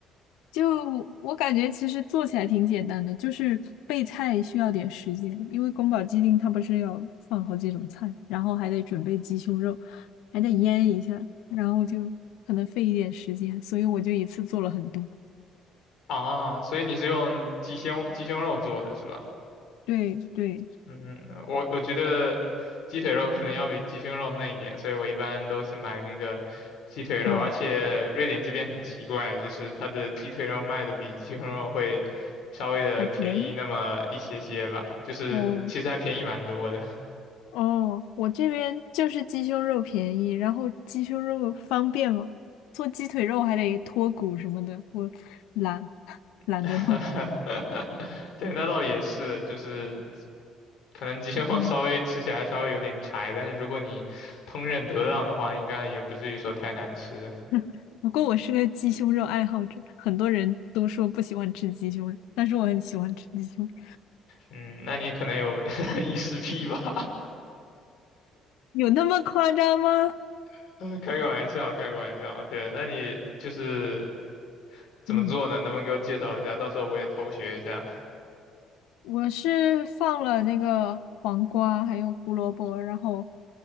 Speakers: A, on the left (about 85°); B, on the left (about 70°).
A: 就我感觉，其实做起来挺简单的，就是备菜需要点时间，因为宫保鸡丁它不是要放好几种菜，然后还得准备鸡胸肉，还得腌一下，然后就可能费一点时间，所以我就一次做了很多。
B: 啊，所以你是用鸡胸鸡胸肉做的是吧？
A: 对对，
B: 嗯，我我觉得鸡腿肉可能要比鸡胸肉嫩一点，所以我一般都是买那个鸡腿肉，
A: 嗯，
B: 而且瑞典这边很奇怪，就是它的鸡腿肉卖的比鸡胸肉会稍微的便宜那么一些些吧，
A: 还便宜。
B: 就是其实还便宜蛮多的。
A: 哦哦，我这边就是鸡胸肉便宜，然后鸡胸肉方便嘛，做鸡腿肉还得脱骨什么的，我懒 <laughs> 懒得弄。
B: <laughs> 对，那倒也是，就是可能鸡肉
A: 嗯。
B: <laughs> 稍微吃起来稍微有点柴，但是如果你烹饪得当的话，应该也不至于说太难吃。
A: <laughs> 不过我是个鸡胸肉爱好者，很多人都说不喜欢吃鸡胸肉，但是我很喜欢吃鸡胸肉
B: 嗯，那你可能有 <laughs> 异食癖吧？
A: 有那么夸张吗？
B: <laughs> 呃开个玩笑，开个玩笑。对，那你就是怎么做呢？
A: 嗯，
B: 能不能给我介绍一下？到时候我也偷学一下。
A: 我是放了那个黄瓜，还有胡萝卜，然后